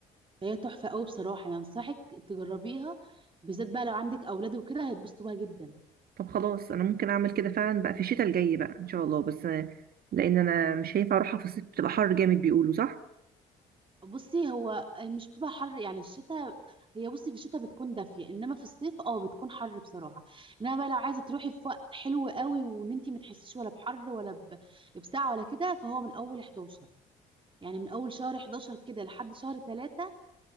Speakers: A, on the right; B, on the right.
A: هي تحفة قوي بصراحة أنا أنصحك تجربيها بالذات بقى لو عندك أولاد وكده هيتبسطوا بيها جدا
B: طب خلاص انا ممكن اعمل كده فعلا بقى في الشتاء الجاي بقى ان شاء الله بس آه، لان انا مش هينفع اروحها في الصيف بتبقى حر جامد بيقولوا صح
A: بصي هو مش بتبقى حر يعني الشتاء هي بصي في الشتاء بتكون دافية إنما في الصيف اه بتكون حر بصراحة إنما بقى لو عايزة تروحي في وقت حلو قوي وإن أنت ما تحسيش ولا بحر ولا ب- بساعة ولا كده فهو من أول 11 يعني من أول شهر 11 كده لحد شهر 3